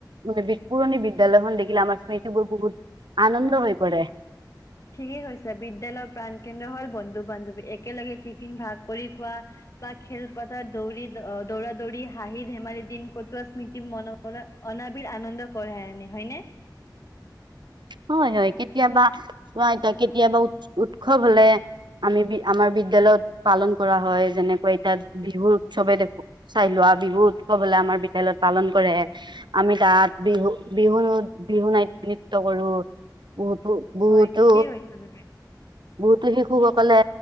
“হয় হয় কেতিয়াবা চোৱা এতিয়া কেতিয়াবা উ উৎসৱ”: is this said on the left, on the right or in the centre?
Right